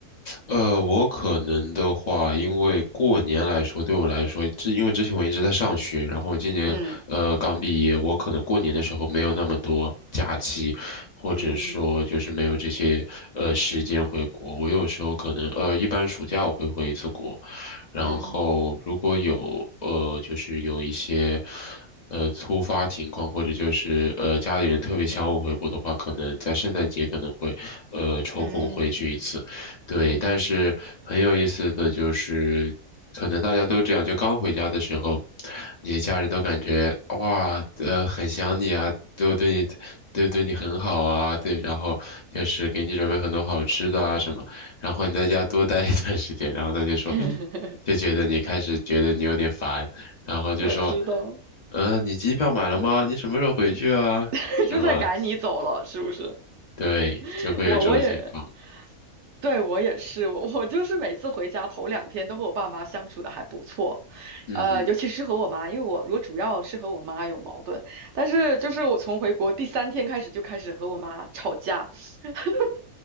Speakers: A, on the left; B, on the right.
A: 呃，我可能的话，因为过年来说，对我来说，之因为之前我一直在上学，然后今年呃刚毕业，
B: 嗯
A: 我可能过年的时候没有那么多假期，或者说就是没有这些呃时间回国。
B: 嗯
A: 我有时候可能呃一般暑假我会回一次国，然后如果有呃就是有一些
B: 嗯
A: 呃突发情况，或者就是呃家里人特别想我回国的话，可能在圣诞节可能会呃抽空回去一次。
B: 嗯
A: 对，
B: 嗯，
A: 但是很有意思的就是，可能大家都这样，就刚回家的时候，你的家人都感觉哇，呃，很想你啊，都对你，都对你很好啊，对，然后就是给你准备很多好吃的啊什么，然后你在家多待一段时间，然后他就说，
B: <laughs>
A: 就觉得你开始觉得你有点烦，然后就说，
B: 我知道，
A: 呃，你机票买了吗？你什么时候回去啊？
B: <laughs>
A: 什么？
B: 就在赶你走了，是不是？
A: 对，
B: <laughs>
A: 就会有这种情况。
B: 我我也对，我也是，我我就是每次回家头两天都和我爸妈相处的还不错，
A: 嗯嗯
B: 呃，尤其是和我妈，因为我我主要是和我妈有矛盾，但是就是我从回国第三天开始就开始和我妈吵架，<laughs>